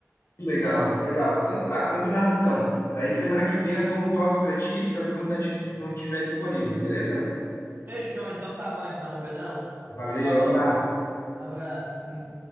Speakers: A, on the left; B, on the right.
A: que legal, legal. Então tá, combinado então. Daí semana que vem eu dou um toque pra ti, pra ver quando, tá, di- quando tiver disponível, beleza?
B: Fechou, então tá bom então, Pedrão.
A: Valeu,
B: Falou.
A: abraço.
B: Abraço.